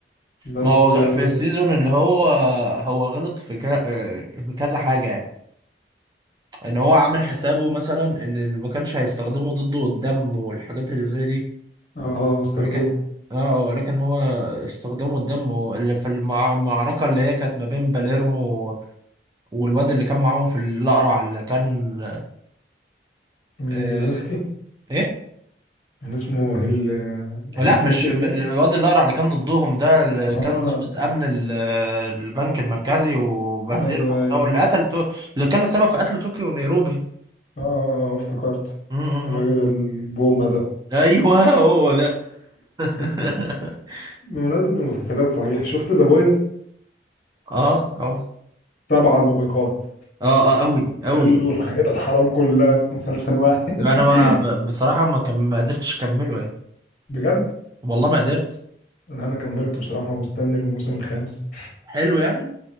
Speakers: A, on the left (about 45°); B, on the right (about 20°).
A: بس
B: ما هو
A: اه
B: في السيزون اللي هو هو غلط في كا- آه، في كذا حاجة يعني. ان هو عامل حسابه مثلا ان ما كانش هيستخدمه ضده قدام والحاجات اللي زي دي
A: آه، استخدمه
B: لكن اه آه، لكن هو استخدمه الدم اللي في المع- المعركة اللي هي كانت ما بين باليرمو والواد اللي كان معاهم في الأقرع اللي كان
A: مين
B: آه
A: زيلينسكي
B: ايه
A: كان اسمه هل هلسنكي
B: لا مش
A: باين
B: م- الواد الأقرع اللي كان ضدهم ده اللي
A: اه
B: كان ضابط أمن ال- البنك المركزي وبهدلهم
A: ايوه ايوه
B: ده واللي قتل تو... اللي كان السبب في قتل طوكيو ونيروبي
A: اه آه، آه، آه، افتكرت
B: م- م-
A: الراجل
B: م.
A: البومة ده
B: ايوه هو ده <laughs>
A: <laughs> بمناسبة المسلسلات صحيح شفت ذا بويز
B: اه طبعا
A: سبع الموبقات
B: اه اه قوي قوي
A: الحاجات الحرام كلها في مسلسل واحد <laughs>
B: لا انا ما ب- بصراحة ما كم... ما قدرتش اكمله يعني
A: بجد
B: والله ما قدرت
A: لا انا كملته بصراحة مستني الموسم الخامس
B: حلو يعني